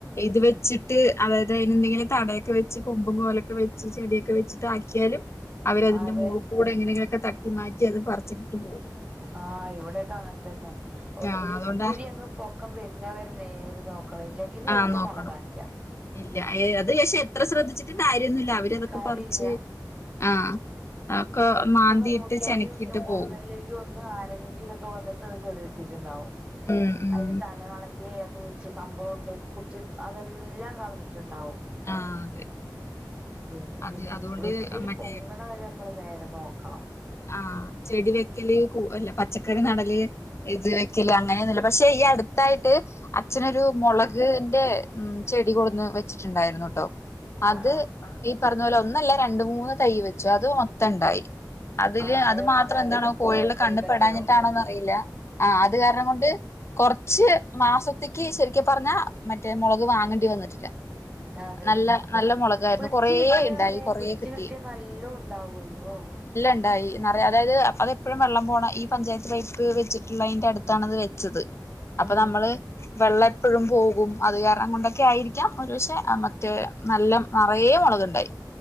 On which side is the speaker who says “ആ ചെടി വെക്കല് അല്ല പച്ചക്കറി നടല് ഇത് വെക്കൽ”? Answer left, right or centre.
Left